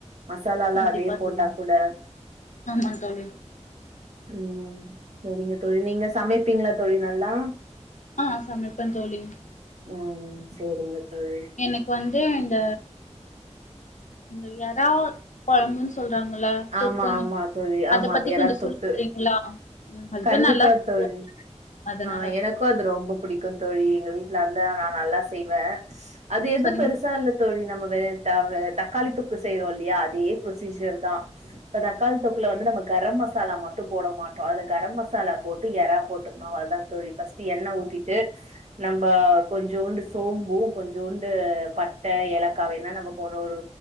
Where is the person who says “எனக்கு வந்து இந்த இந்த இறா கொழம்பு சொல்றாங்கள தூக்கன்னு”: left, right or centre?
Left